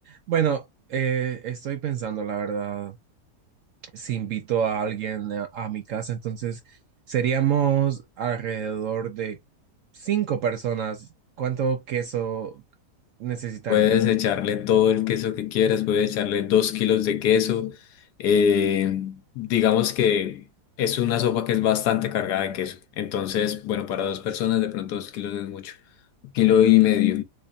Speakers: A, on the right; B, on the left.
A: Bueno, eh, estoy pensando, la verdad, si invito a alguien a, a mi casa, entonces seríamos alrededor de cinco personas. ¿Cuánto queso necesitaría?
B: Puedes echarle todo el queso que quieras, puedes echarle dos kilos de queso. eh, digamos que es una sopa que es bastante cargada de queso. Entonces, bueno, para dos personas de pronto dos kilos no es mucho. Un kilo y medio.